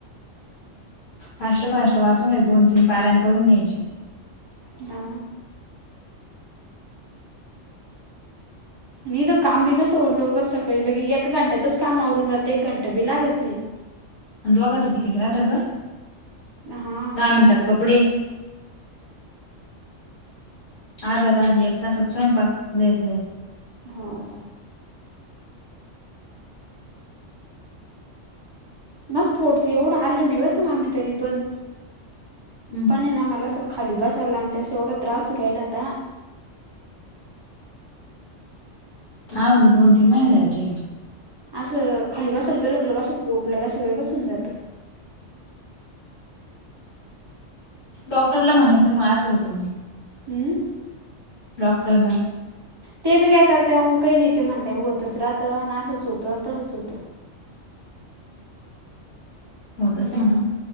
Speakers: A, on the left (about 85°); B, on the right (about 25°).
A: फास्ट फास्ट वाचून घ्याय दोन तीन पार्यां करून घ्यायचे.
B: अ. आणि तर काम बी कसं हो लवकर सकाळी लगे एका घंट्यातच काम आवरून जात एक घंटा बी लागत नाही.
A: आणि दोघाच किती राहता ग
B: हां
A: दहा मिनिटात कपडे. आज जरा एक तासात स्वयंपाक लेतल लय.
B: होव. मस् पोटच एवढं हल्लो नाही बर का मामी तरी पण
A: हम्म
B: पण है ना मला स ''--'' खाली बसला आणि त्या स एवढं त्रासर राला आता.
A: हाव दोन तीन महिने जायचे.
B: असं खाली बस सलगं लगलं कसं पोटलं कसं वेळंच होऊन जातं.
A: डॉक्टरला म्हणायचं मग असं होतं म्हणुन.
B: हम्म!
A: डॉक्टर ला.
B: ते बी काय करतेय ये काही नाही ते म्हणताय होतच राहतं आणि असंच होतं तसंच होतं.
A: होतच
B: मग त्यां
A: म्हणा.